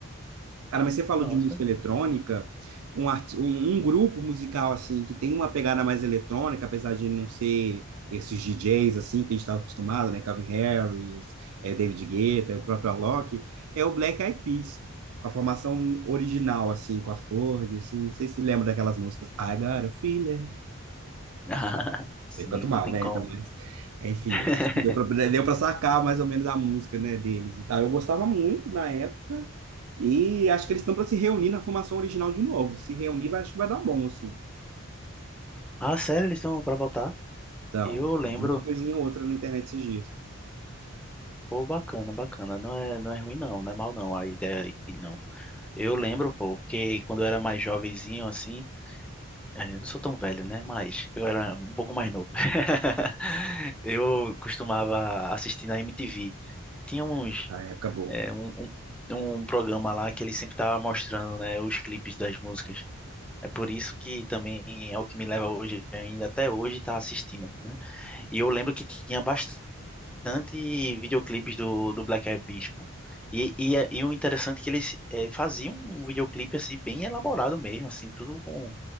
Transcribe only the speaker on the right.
Cara, mas você falou
de música eletrônica, um, arti- um, um grupo musical assim que tem uma pegada mais eletrônica, apesar de não ser esses DJs assim que a gente estava acostumado, né? Calvin Harris, eh, David Guetta, o próprio Alok, é o Black Eyed Peas, com a formação original assim, com a Fergie, assim, não sei se lembra daquelas músicas I Got a Feeling,
eu canto mal,
né?
Então, mas, enfim,
acho que deu para deu para sacar mais ou menos a música, né, deles e tal. Eu gostava muito na época e acho que eles estão para se reunir na formação original de novo. Se reunir, vai, acho que vai dar bom, assim.
Então,
eu vi uma coisinha ou outra na internet esses dias.
Na época boa.